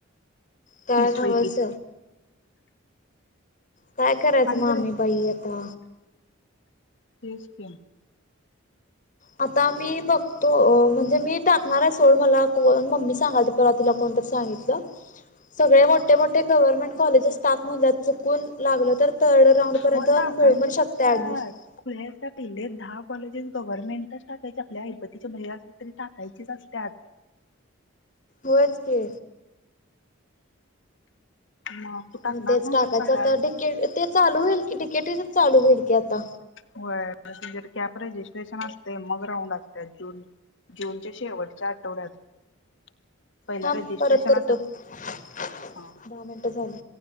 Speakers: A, on the left; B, on the left.
A: त्या
B: तीस
A: नव्हस
B: पैकी
A: काय करायचं
B: आणि
A: मग आम्ही
B: जर
A: बाई आता
B: तेच की
A: आता मी बघतो म्हणजे मी टाकणार ये सोड मला कोण मम्मी सांगाल त परवा तिला कोणतरी सांगितलं सगळे मोठ मोठे मोठे गव्हर्मेट कॉलेजेस टाक म्हणल्यात चुकून लागलं तर थर्ड राऊंड पर्यंत
B: हो टाकायचेच
A: मिळू पण शकते
B: असतात
A: ऍडमिशन
B: <unintelligible> कॉलेजेस गव्हर्नमेंटच टाकायची आपल्या ऐपतीच्या बाहेर असले तरी टाकायचेच असत्यात
A: होयच की
B: मग तू टाकणार
A: म तेच
B: नव्हतीस
A: टाकायच
B: का काय
A: आता डिके ते चालू होईल की डिकेटीच चालू होईल की आता
B: व्हय प्रोसिजर कॅप राहील. विश्लेषण असतय मग राऊंड असत्यात जून जूनच्या शेवटच्या आठवड्यात पहिला
A: थांब
B: रजिस्ट्रेशन
A: परत करतो
B: आता
A: दहा
B: हा
A: मिनिटं झाली.